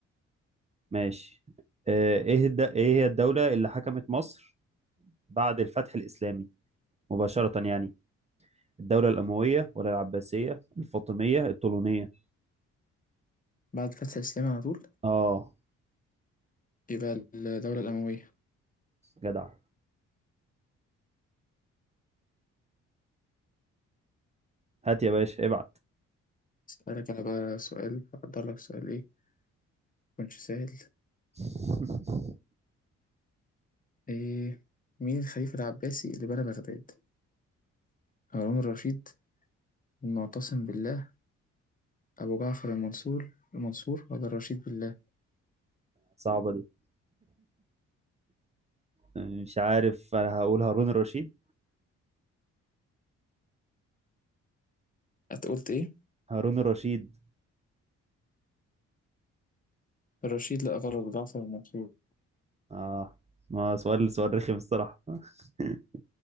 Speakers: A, on the right; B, on the left.
A: ماشي آه، ايه الد... ايه هي الدولة اللي حكمت مصر بعد الفتح الإسلامي مباشرة يعني الدولة الأموية ولا العباسية الفاطمية الطولونية
B: بعد فتح الإسلام على طول
A: اه
B: يبقى الدولة الأموية
A: جدع هات يا باشا ابعت
B: أسألك أنا بقى سؤال أقدر لك سؤال إيه مكنش سهل
A: <laughs>
B: إيه مين الخليفة العباسي اللي بنى بغداد؟ هارون الرشيد المعتصم بالله أبو جعفر المنصور المنصور ولا الرشيد بالله
A: صعبة دي مش عارف انا هقول هارون الرشيد
B: أنت قلت إيه؟
A: هارون الرشيد
B: الرشيد لا غلط جعفر المنصور
A: اه ما سؤال سؤال رخم الصراحة <laughs>